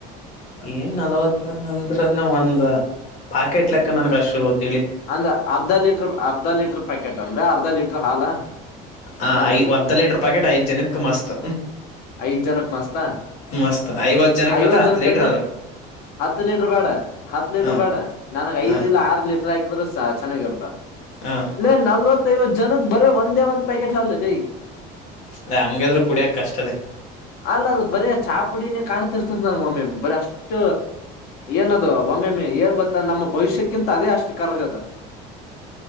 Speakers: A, on the left (about 40°); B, on the left (about 60°).
A: ಏನ್ ನಲ್ವತ್ತ ಅಂದ್ರನ ಒಂದ ಪಾಕೆಟ್ ಲೆಕ್ಕ ನನ್ಗ್ ಅಷ್ಟು ಗೊತ್ತು
B: ಅಂದ್ರ ಅರ್ಧ ಲೀಟರ್ ಅರ್ಧ ಲೀಟರ್ ಪ್ಯಾಕೆಟ್ ಅಂದ್ರೆ ಅರ್ಧ ಅರ್ಧ ಲೀಟರ್ ಹಾಲ
A: ಹಾ
B: ಹ
A: ಐ ಅರ್ಧ ಲೀಟರ್ ಪ್ಯಾಕೆಟ್ ಐದು ಜನಕ್ ಮಸ್ತ್
B: ಐದ ಜನಕ್ ಮಸ್ತ
A: ಮಸ್ತ್ ಐವತ್
B: ಐವತ್
A: ಹತ್ತು
B: ಜನಕ್
A: ಲೀಟರ್
B: ಅಂದ್ರೆ
A: ಅ
B: ಹತ್ ಲೀಟರ್ ಬೇಡ ಹತ್ ಲೀಟರ್
A: ಹ
B: ಬೇಡ ನನಗೆ
A: ಹ
B: ಐದ್ ಇಲ್ಲ ಆರು ಲೀಟ್ರ ಹಾಕಿದ್ರ ಚೆನ್ನಾಗಿರ್ತ
A: ಹ
B: ಲೆ ನಲ್ವತ್ ಐವತ್ತು ಜನಕ್ ಬರೇ ಒಂದೇ ಒಂದ್ ಪ್ಯಾಕೆಟ್ ಹಾಲ ರೈ
A: ಅದ ಹಂಗಾದ್ರರು ಕುಡಿಯಕ್ ಕಷ್ಟ ಅದೇ
B: ಅಲ್ಲ ಅದ ಬರ ಚಾ ಪುಡಿನೇ ಕಾಣ್ತಿರ್ತದ ನಾ ಒಮ್ಮೆ ಬರಿ ಅಷ್ಟ ಏನದು ಒಮ್ಮೆಮ್ಮೆ ಏ ಗತ್ತ ನಮ್ಮ ಭವಿಷ್ಯಕ್ಕಿಂತ ಅದೇ ಅಷ್ಟು ಕರಗದ <unintelligible>